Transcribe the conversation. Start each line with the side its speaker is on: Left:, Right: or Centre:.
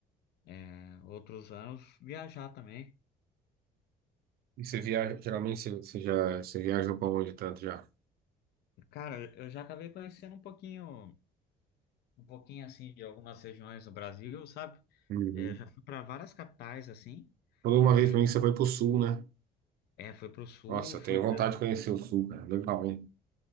Left: é, outros anos viajar também.
Right: E você viaja, geralmente você, você já, você viaja pra onde tanto já?
Left: Cara, eu já acabei conhecendo um pouquinho. um pouquinho assim de algumas regiões do Brasil, sabe?
Right: Uhum.
Left: É, já fui para várias capitais assim.
Right: Falou uma
Left: É,
Right: vez pra mim que você foi pro sul, né?
Left: é fui para o sul,
Right: Nossa, eu
Left: fui
Right: tenho
Left: para
Right: vontade de conhecer o sul, cara, legal, hein?